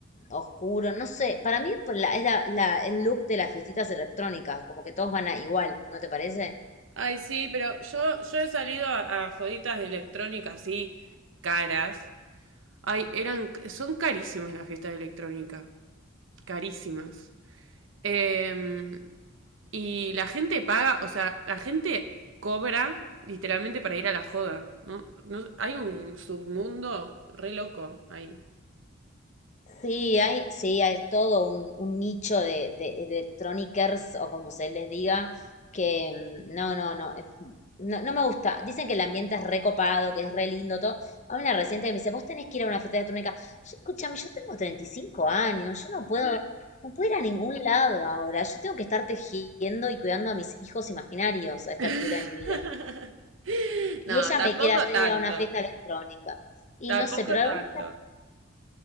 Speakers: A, on the left; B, on the right.
A: oscuro, no sé, para mí por la- es la- la- el look de las fiestitas electrónicas, como que todos van a igual, ¿no te parece?
B: Ay, sí, pero yo, yo he salido a, a joditas de electrónica así, caras. Ay, eran, son carísimas las fiestas de electrónica. Carísimas. Em, y la gente paga, o sea, la gente cobra literalmente para ir a la joda, ¿no? No- hay un submundo re loco ahí.
A: Sí, hay, sí, hay todo un, un nicho de, de electronicers o como se les diga, que mm, no, no, no, es- no, no me gusta. Dicen que el ambiente es recopado, que es re lindo, todo. A una reciente que me dice, vos tenés que ir a una fiesta electrónica. Yo, escúchame, yo tengo 35 años, yo no puedo, no puedo ir a ningún lado ahora. Yo tengo que estar tejiendo y cuidando a mis hijos imaginarios a esta
B: <laughs>
A: altura de mi vida. Y
B: No,
A: ella
B: tampoco
A: me quiere hacer
B: tanto.
A: ir a una fiesta electrónica. Y
B: Tampoco
A: no sé, pero
B: tanto.
A: algún,